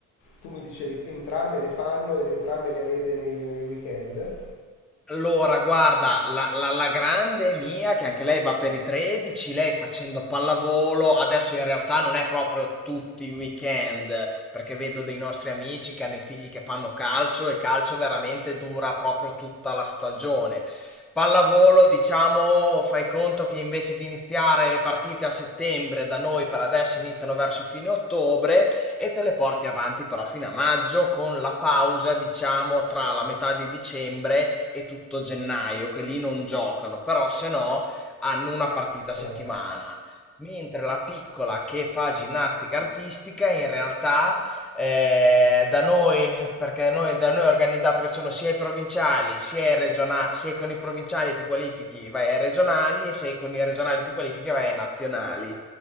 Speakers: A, on the left (about 80°); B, in the centre.
A: tu mi dicevi entrambe le fanno ed entrambe le avete nei, nei weekend?
B: Allora, guarda, la, la- la grande mia, che anche lei va per i 13, lei facendo pallavolo, adesso in realtà non è proprio tutti i weekend, perché vedo dei nostri amici che hanno i figli che fanno calcio e calcio veramente dura proprio tutta la stagione. Pallavolo, diciamo, fai conto che invece di iniziare le partite a settembre, da noi per adesso iniziano verso fine ottobre e te le porti avanti però fino a maggio con la pausa, diciamo, tra la metà di dicembre e tutto gennaio, che lì non giocano, però se no hanno una partita
A: Cioè,
B: a settimana. Mentre la piccola che fa ginnastica artistica, in realtà eh, da noi, perché noi, da noi è organizzato che sono sia i provinciali, sia, i regionali, sia con i provinciali ti qualifichi vai ai regionali e se con i regionali ti qualifichi vai ai nazionali.